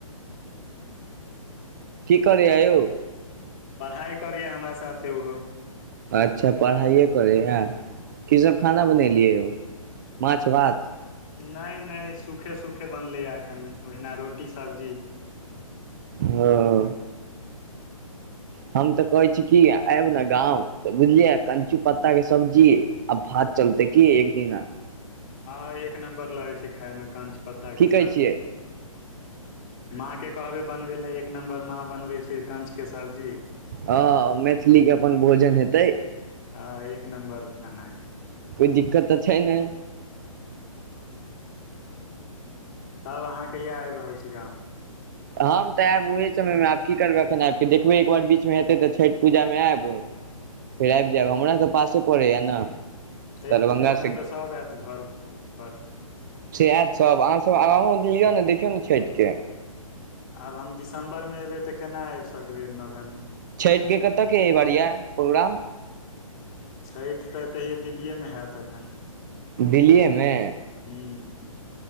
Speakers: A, on the right; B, on the left.
A: की करै ये यौ
B: पढ़ाइ करैए हमरा साथे ओहो
A: अच्छा पढ़ाइए करै हे कीसभ खाना बनेलियै यौ माछ भात
B: नहि नहि सुखे सुखे बनलैए एखन ओहिना रोटी सब्जी
A: हँ हम तऽ कहै छी की आयब न गाँंव तऽ बुझलियै कंचू पत्ता के सब्जी आ भात चलतै की एक दिना
B: हँ एक नंबर लगै छै खायमे कंच पत्ताके
A: की
B: सब्जी
A: कहै छियै
B: माँ के कहबै बनबे लए एक नम्बर माँ बनबैत छै कंच के सब्जी
A: हँ मैथिलीके अपन भोजन हेतै
B: आ एक नम्बर खाना
A: कोइ दिक्कत तऽ छै नहि
B: तब अहाँ कहिया आबि रहल छी गाँव
A: हम तऽ आयब ओही समयमे आब की करबै एखन आबि कऽ देखबै एक बार बीचमे हेतै तऽ छठि पूजामे आयब फेर आबि जायब हमरा तऽ पासे पड़ैय ने
B: छठि
A: दरभंगा
B: पूजामे
A: से
B: तऽ सभ आयत घर पर
A: से एत सभ अहाँसभ आनंद लियौ ने देखियौ ने छठिके
B: आब हम दिसम्बरमे एबै तऽ केना आबि सकबै एहिमे
A: छठिके कतयके एहि बार ये प्रोग्राम
B: छठि तऽ एतहिए दिल्लीएमे हेत एखन
A: दिल्लीएमे
B: हूँ